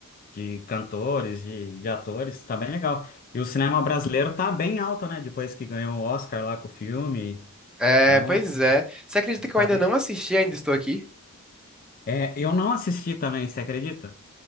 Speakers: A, on the left; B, in the centre.
A: de cantores, de, de atores, tá bem legal. E o cinema brasileiro tá bem alto, né? Depois que ganhou o Oscar lá com o filme.
B: É,
A: Então,
B: pois é. Você acredita que
A: tá
B: eu ainda
A: bem.
B: não assisti, ainda estou aqui?
A: É, eu não assisti também, você acredita?